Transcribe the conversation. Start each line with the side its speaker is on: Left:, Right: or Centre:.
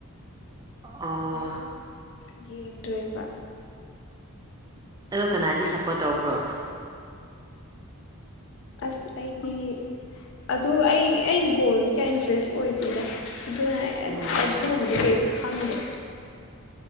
Right: ꯑꯣ
Left: ꯑꯗꯨꯅꯦ ꯌꯦꯡꯗꯔ꯭ꯤꯕꯥ
Right: ꯑꯗꯣ ꯀꯅꯥꯗꯤ ꯁꯞꯄꯣꯔꯠ ꯇꯧꯕ꯭ꯔꯣ
Left: ꯑꯁ ꯑꯩꯗꯤ ꯑꯗꯨ ꯑꯩ ꯑꯩ ꯕꯣꯜꯗꯤ ꯀꯌꯥ ꯏꯟꯇꯔꯦꯁ ꯑꯣꯏꯗꯦꯗ ꯑꯗꯨꯅ
Right: ꯎꯝ
Left: ꯑꯗꯨꯒꯨꯝꯕꯗꯤ ꯀꯔꯤ ꯈꯪꯗꯦ